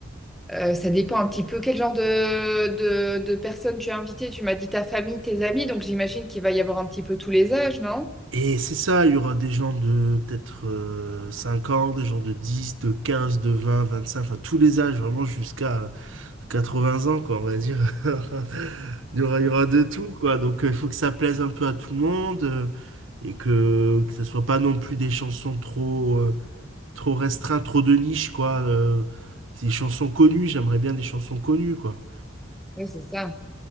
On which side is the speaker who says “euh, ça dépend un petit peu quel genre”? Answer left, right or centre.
Centre